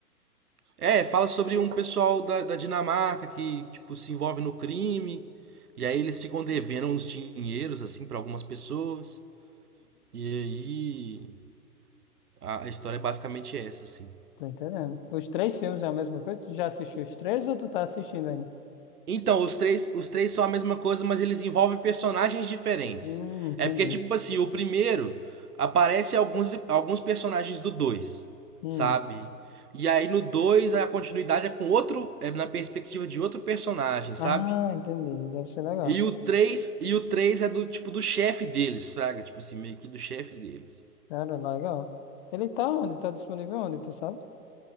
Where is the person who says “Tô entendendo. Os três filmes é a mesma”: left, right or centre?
Left